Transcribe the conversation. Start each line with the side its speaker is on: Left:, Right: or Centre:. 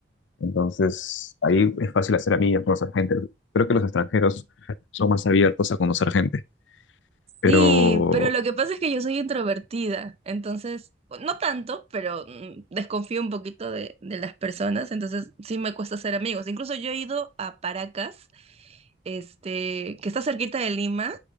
Left: Entonces, ahí es fácil hacer amigas, conocer gente. Creo que los extranjeros son más abiertos a conocer gente. Pero
Right: Sí, pero lo que pasa es que yo soy introvertida, entonces, no tanto, pero mm, desconfío un poquito de, de las personas, entonces sí me cuesta hacer amigos. Incluso yo he ido a Paracas, este, que está cerquita de Lima,